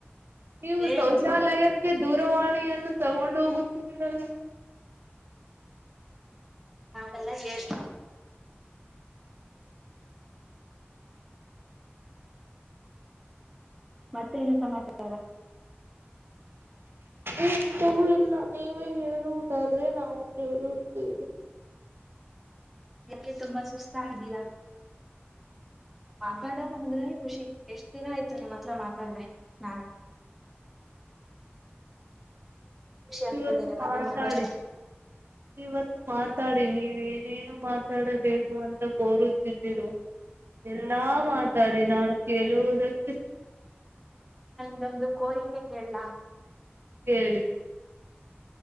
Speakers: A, on the right (about 60°); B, in the centre.
A: ನೀವು
B: ಏ
A: ಶೌಚಾಲಯಕ್ಕೆ ದೂರವಾಣಿ ನ್ನು ತಗೊಂಡು ಹೋಗುತ್ತಿದ್ದೀರಲ್ಲ
B: ಹಾಗದೆೆಲ್ಲ ಮತ್ತೇನು ಸಮಾಚಾರ
A: ಎಂತೂ ಇಲ್ಲ ನೀವೇ ಹೇಳುವುದಾದ್ರೆ ನಾವು ಕೇಳುತ್ತೇವೆ
B: ಯಾಕೆ ತುಂಬಾ ಸುಸ್ತ ಇದ್ದೀರಾ ಪಾಪಾಡಬೇಕ ಅಂದ್ರೆ ಖುಷಿ ಎಷ್ಟು ದಿನ ಆಯ್ತು ನಿಮ್ಮ ಹತ್ರ ಮಾತಾಡ್ದ ನಾನ ಆಗ್ತಾ
A: ಇವತ್ತು
B: ಇದೆ ನಿಮ್ ಹತ್ರ
A: ಮಾತಾಡಿ
B: ಮಾತಾಡ್ತಾ
A: ಇವತ್ತು ಮಾತಾಡಿ ನೀವ ಏನೇನು ಮಾತಾಡಬೇಕು ಅಂತ ಕೋರುತ್ತಿದ್ದೀರು ನಾ ಮಾತಾಡಿ
B: ಹ್ಮ್
A: ನಾನು ಕೇಳುವುದಕ್ಕೆ
B: ಒೊಂದು ಕೋರಿಕೆ ಕೇಳಲ
A: ಸರಿ